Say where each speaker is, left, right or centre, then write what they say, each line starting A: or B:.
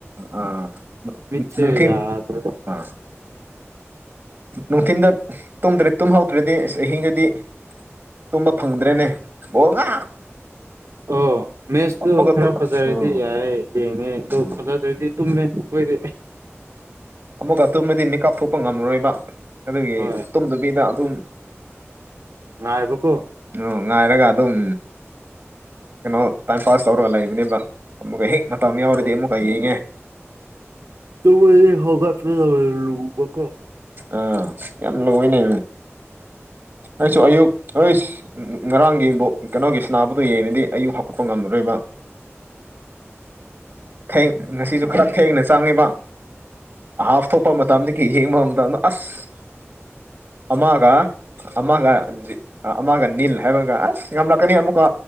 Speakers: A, on the right (about 40°); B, on the right (about 75°).
A: ꯑꯥ
B: ꯃꯤꯆꯦ
A: ꯅꯨꯡꯊꯤꯟ
B: ꯌꯥ꯭ꯔꯣ
A: ꯑꯥ ꯅꯨꯡꯊꯤꯟꯗ ꯇꯨꯝꯗ꯭ꯔꯗꯤ ꯇꯨꯝꯍꯧꯗ꯭ꯔꯗꯤ ꯑꯁ ꯑꯍꯤꯡꯗꯗꯤ ꯇꯨꯝꯕ ꯐꯪꯗ꯭ꯔꯦꯅꯦ ꯕꯣꯒ
B: ꯑꯣ ꯃꯦꯠꯁꯇꯨ
A: ꯑꯃꯨꯛꯀ
B: ꯈꯔ
A: ꯇꯨ
B: ꯐꯖꯔꯗꯤ
A: ꯎꯝ
B: ꯌꯥꯔꯦ ꯌꯦꯡꯉꯦ ꯑꯗꯨ
A: ꯎꯝ
B: ꯐꯖꯗ꯭ꯔꯗꯤ ꯇꯨꯝꯃꯦ
A: ꯎꯝ
B: ꯀꯣꯏꯔꯦ
A: ꯑꯃꯨꯛ ꯑꯗꯨꯃꯗꯤ ꯃꯤꯦꯀꯥꯞ ꯊꯣꯛꯄ ꯉꯝꯃꯣꯏꯕ ꯑꯗꯨꯒꯤ
B: ꯍꯣꯏ
A: ꯇꯨꯝꯗꯕꯤꯗ ꯑꯗꯨꯝ
B: ꯉꯥꯏꯕ ꯀꯣ
A: ꯎ ꯉꯥꯏꯔꯒ ꯑꯗꯨꯝ ꯀꯩꯅꯣ ꯇꯥꯏꯝ ꯄꯥꯁ ꯇꯧꯔꯒ ꯂꯩꯕꯅꯦꯕ ꯑꯃꯨꯛꯀ ꯍꯦꯛ ꯃꯇꯝ ꯌꯥꯎꯔꯗꯤ
B: ꯑꯣ
A: ꯑꯃꯨꯛꯀ ꯌꯦꯡꯉꯦ
B: ꯇꯨꯝꯕꯗꯤ ꯍꯧꯒꯠꯄ ꯂꯕꯀꯣ
A: ꯑꯥ ꯌꯥꯝ ꯂꯧꯋꯅꯦꯕ ꯑꯩꯁꯨ ꯑꯌꯨꯛ ꯑꯏ ꯎ ꯉꯔꯥꯡꯒꯤꯕꯨ ꯀꯩꯅꯣꯒꯤ ꯁꯅꯥꯕꯗꯣ ꯌꯦꯡꯉꯗꯤ ꯑꯌꯨꯛ ꯍꯧꯀꯠꯄ ꯉꯝꯂꯔꯣꯏꯕ ꯊꯦꯡ ꯉꯁꯤꯁꯨ ꯈꯔ ꯊꯦꯡꯅ ꯆꯪꯉꯕ ꯍꯥꯐ ꯇꯣꯛꯄ ꯃꯇꯝꯗ ꯀꯤ ꯌꯦꯡ ꯃꯥ ꯑꯁ ꯑꯃꯒ ꯑꯃꯒ ꯑꯃꯒ ꯅꯤꯜ ꯍꯥꯏꯕꯒ ꯑꯁ ꯌꯥꯝꯂꯛꯀꯅꯤ ꯑꯃꯨꯛꯀ